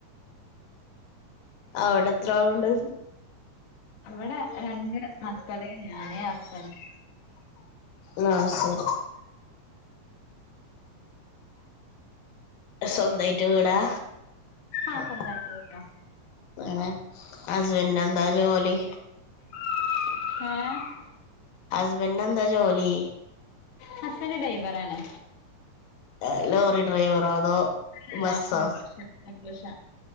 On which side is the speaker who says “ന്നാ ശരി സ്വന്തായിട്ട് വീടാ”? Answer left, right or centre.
Left